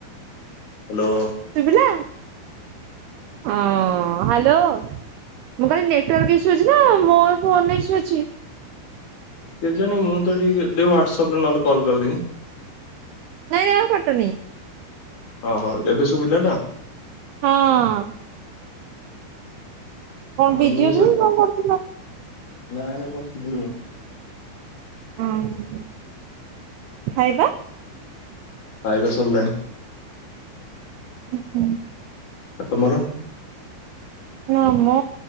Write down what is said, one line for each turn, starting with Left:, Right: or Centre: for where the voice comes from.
Left: ହ୍ୟାଲୋ।
Right: ଶୁଭିଲା, ହଁ ହାଲ ହାଲୋ ମୁଁ କହିଲି ନେଟୱାର୍କ ଇସୁ ଅଛି ନା ମୋ ଫୋନରେ ଇସୁ ଅଛି।
Left: କେଜାଣି ମୁଁ ତ ଟିକେ ଦେ ହ୍ୱାଟସପ୍ରେ ନହେଲେ କଲ କରିଦେବି।
Right: ନାଇଁ ନାଇଁ ଆଉ କାଟନି।
Left: ଅ ହୋ ଏବେ ଶୁଭିଲା ନା?
Right: ହଁଅଁ। କଣ
Left: ଆଉ
Right: ବିଜି
Left: ମୁଁ
Right: ଅଛନ୍ତି
Left: ସେ
Right: କଣ କରୁଥିଲ?
Left: ନାଇଁ ନାଇଁ ବସିଥିଲି ମୁଁ।
Right: ହଁ ଖାଇବା?
Left: ଖାଇବା ସରିଲାଣି।
Right: ହୁଁ ହୁଁ।
Left: ଆଉ ତମର?
Right: ନା ଆମ